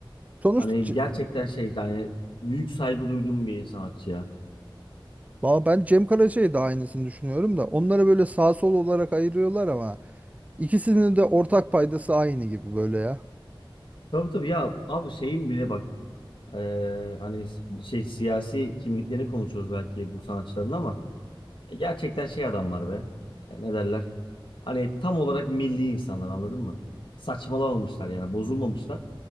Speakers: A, on the right; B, on the left.
A: sonuçta
B: Hani
A: C-
B: gerçekten şey yani büyük saygı duyduğum bir sanatçı ya.
A: Valla ben Cem Karaca'yı da aynısını düşünüyorum da onları böyle sağ sol olarak ayırıyorlar ama ikisinin de ortak paydası aynı gibi böyle ya.
B: Tabii tabii ya abi şeyin bile bak eee, hani şey siyasi kimliklerini konuşuyoruz belki bu sanatçıların ama e, gerçekten şey adamlar be E, ne derler hani tam olarak milli insanlar anladın mı? Saçmalamamışlar yani bozulmamışlar